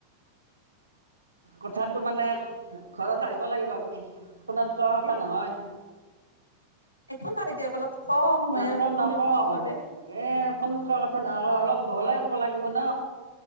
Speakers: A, on the right; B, on the left.
A: কথাতো মানে ঘৰত আহিব লাগিব আপুনি ফোনত কোৱা কথা
B: এ
A: নহয়
B: একো নাই দিয়ক অলপ কওক মই
A: নকওঁ
B: অলপ শুনো
A: নকওঁ
B: কি ক'লে
A: এ ফোনত কোৱা কথা নহয় অলপ বহলাই ক'ব লাগিব ন